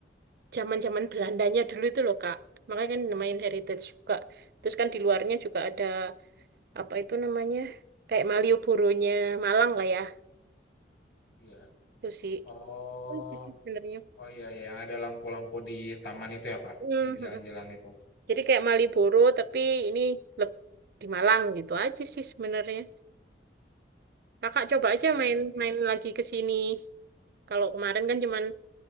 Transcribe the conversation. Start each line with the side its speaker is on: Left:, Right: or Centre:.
Right: zaman-zaman Belandanya dulu itu loh Kak. Makanya kan namain heritage juga. Terus kan di luarnya juga ada apa itu namanya? Kayak Malioboro-nya Malang lah ya.
Left: Iya.
Right: Itu sih.
Left: Oh,
Right: Oh, Itu sih sebenarnya.
Left: Oh iya, iya, yang ada lampu-lampu di taman itu ya, Kak?
Right: Mhm.
Left: Yang jalan-jalan itu.
Right: Jadi kayak Malioboro tapi ini leb- di Malang gitu aja sih sebenarnya. Kakak coba aja
Left: Oke,
Right: main-main
Left: oke.
Right: lagi ke sini. Kalau kemarin kan cuman